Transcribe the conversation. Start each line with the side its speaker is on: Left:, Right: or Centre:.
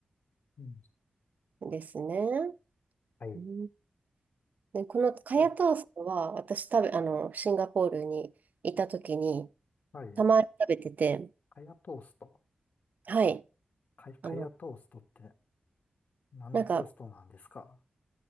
Left: うん。
Right: ですね。
Left: はい。
Right: うんで、このカヤトーストは、
Left: じゃあ、
Right: 私食べ、あの、シンガポールにいた時に、
Left: はい。
Right: たまに食べてて、
Left: カヤトースト。
Right: はい。
Left: か、かやトーストって
Right: あの、
Left: 何のトーストなんですか
Right: なんか、